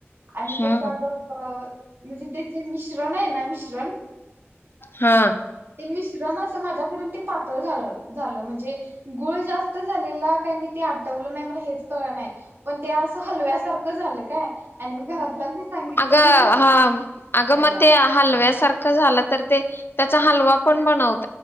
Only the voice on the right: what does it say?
आणि त्येचाग
<unintelligible> म्हणजे ते जे मिश्रण आय ना मिश्रण
ते मिश्रण अस माज्या उकडून ते पातळ झाळ झालं म्हणजे गुळ जास्त झालेला काय मी ते आटवल नाई मला हेच कळल नाई, पण ते असं हलव्यासारख झालं काय आणि मी घरातल्यांना सांगितलं
मी भोपळा
ठेवलाय